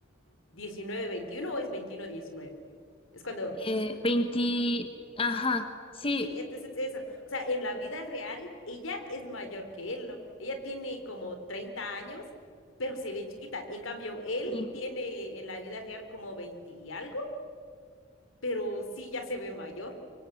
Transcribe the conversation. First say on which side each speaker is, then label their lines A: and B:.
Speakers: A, on the left; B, on the left.
A: 19 veintiuno o es veintiuno diecinueve. Es cuando...
B: Eh, 20, ajá, sí.
A: Sí, entonces eso. O sea, en la vida real, ella es mayor que él, ¿no? Ella tiene como 30 años, pero se ve chiquita. En cambio, él
B: sí.
A: tiene en la vida real como 20 y algo, pero sí ya se ve mayor.